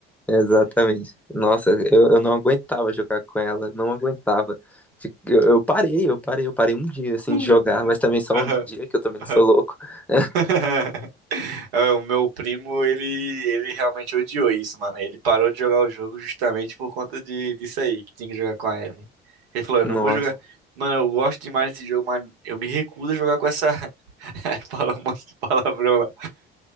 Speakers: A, in the centre; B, on the right.
A: Exatamente. Nossa, eu, eu não aguentava jogar com ela, não aguentava. Fi- Eu, eu parei, eu parei, eu parei um dia assim
B: <laughs>
A: de jogar, mas também só
B: Aham,
A: um dia, que eu também não
B: aham.
A: sou louco. <laughs>
B: <laughs> Ah, O meu primo, ele, ele realmente odiou isso, mano. Ele parou de jogar o jogo justamente por conta de, disso aí, que tinha que jogar com a Ellie. Ele falou, eu
A: Nossa.
B: não vou jogar. Mano, eu gosto demais desse jogo, mas eu me recuso a jogar com essa. <laughs> Aí Fala um monte de palavrão lá.